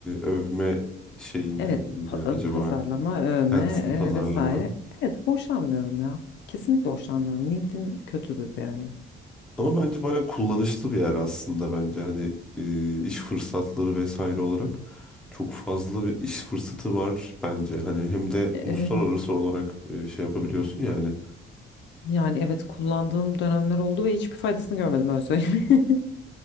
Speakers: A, in the centre; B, on the left (about 60°).
A: övme şeyinden
B: Evet,
A: mi
B: pa-
A: acaba?
B: e, pazarlama, övme
A: Kendisini
B: e,
A: pazarlama.
B: vesaire. Evet, hoşlanmıyorum ya. Kesinlikle hoşlanmıyorum. LinkedIn kötüdür yani.
A: Ama bence bayağı kullanışlı bir yer aslında bence hani e, iş fırsatları vesaire olarak çok fazla bir iş fırsatı var bence. Hani hem de
B: Ee,
A: uluslararası olarak e, şey yapabiliyorsun yani.
B: Yani evet kullandığım dönemler oldu ve hiçbir faydasını görmedim öyle söyleyeyim. <laughs>